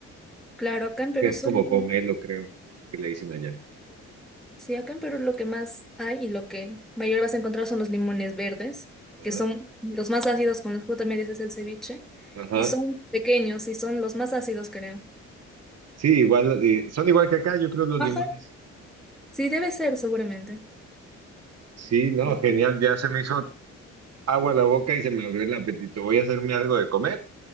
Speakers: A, in the centre; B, on the right.
A: Claro, acá en Perú
B: que es
A: solo
B: como pomelo, creo, que le dicen allá.
A: Sí, acá en Perú lo que más hay y lo que mayor vas a encontrar son los limones verdes,
B: Ajá,
A: que son los más ácidos con los que también dices el ceviche,
B: ajá.
A: y son pequeños y son los más ácidos, creo.
B: Sí, igual, eh, son igual que acá, yo creo los
A: Ajá.
B: limones.
A: Sí, debe ser, seguramente.
B: Sí, no,
A: Sí,
B: genial, ya se me hizo agua la boca y se me abrió el apetito. Voy a hacerme algo de comer